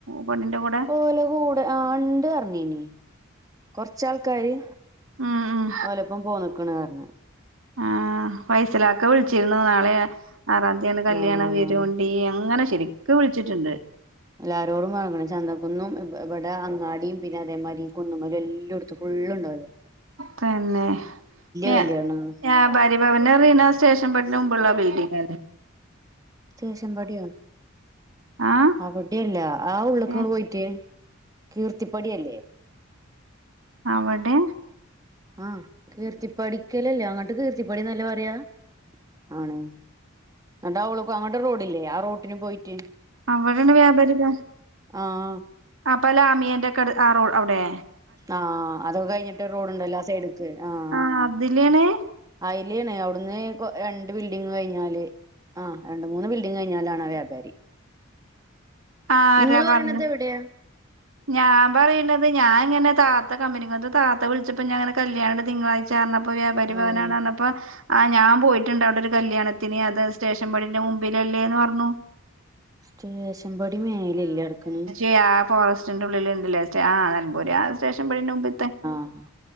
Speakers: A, on the right; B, on the right.
A: പണ്ണിന്റെ കൂടെ
B: ഓല കൂടെ ആ ണ്ട്ർഞ്ഞീനി കൊർച്ചാൾക്കാര്
A: ഉം ഉം
B: ഓലപ്പം പോന്ന്ക്ക്ണ് പർഞ്
A: ആഹ് ഫൈസലാക്ക വിളിച്ചിര്ന്നു നാളെയാ ആറാം തീയാണ് കല്യാണം
B: ആഹ്
A: വരുണ്ടി അങ്ങനെ ശെരിക്ക് വിളിച്ചിട്ട്ണ്ട്
B: എല്ലാരോടും വാങ്ങണം ചന്തക്കുന്നും ഇവ് ഇവിടെ അങ്ങാടിയും പിന്നെ അതേമാരി കുന്നുമ്മലും എല്ലോട് ഫുള്ള്ണ്ടാവല്ലോ
A: തന്നെ ഞാ
B: കല്യാണാണ്
A: ഞാ ഭാരിഭവന്റെ റീന സ്റ്റേഷൻപട്ട്ന് മുമ്പുള്ള ബിൽഡിംഗല്ലേ
B: സ്റ്റേഷമ്പടിയോ
A: ആഹ്
B: അവിടെല്ല ആ ഉള്ള്ക്കങ്ട്
A: ഏ
B: പോയിട്ട് കീർത്തിപ്പടിയല്ലേ
A: അവടേ
B: ആഹ് കീർത്തിപ്പടിക്കലല്ലേ അങ്ങട്ട് കീർത്തിപ്പടിന്നല്ലേ പറയാ ആണ് ന്ന്ട്ടാഓള്ക്ക് അങ്ങട്ടൊര് റോഡില്ലേ ആ റോട്ടിന് പോയിറ്റ്
A: അവടേണ് വ്യാപാരിപഷ്
B: ആഹ്
A: ആപ്പലാമിയന്റെക്കട് ആ റോഡ് അവടേ
B: ആഹ് അതൊക്കെ കഴിഞ്ഞിട്ട് റോഡുണ്ടല്ലോ ആ സൈഡക്ക് ആഹ്
A: ആ അതിലാണ്
B: അയ്ലേണ് അവിടുന്ന് കൊ രണ്ട് ബിൽഡിങ് കഴിഞ്ഞാല് ആ രണ്ട് മൂന്ന് ബിൽഡിങ് കഴിഞ്ഞാലാണ് ആ വ്യാപാരി
A: ആരാ
B: ഇങ്ങള്
A: പറഞ്ഞെ
B: പറയണത് എവിടെയാ
A: ഞാൻ പറയ്ണത് ഞാൻങ്ങനെ താത്ത കമ്പനിങ്ങത്ത് താത്ത വിളിച്ചപ്പോ ഞാന്ങ്ങനെ കല്യാണണ്ട് തിങ്കളാഴ്ച ച്ച ചെന്നപ്പോ വ്യപാരി
B: ആഹ്
A: ഭവനാണ്റഞ പ്പൊ ആ ഞാൻ പോയിറ്റ്ണ്ട് അവടൊരു കല്യാണത്തിന് അത് സ്റ്റേഷൻ പടിന്റെ മുമ്പിലല്ലേന്ന് പറഞ്ഞു
B: സ്റ്റേഷൻപടി മേലല്ലടക്കണ്
A: ഏ ആ ഫോറസ്റ്റിന്റെ ഉള്ളിൽ ഇണ്ടല്ലേ സ്റ്റേ ആ നെലമ്പൂര് ആ സ്റ്റേഷൻ പടിന്റെ മുമ്പ്ത്തെ
B: ആഹ്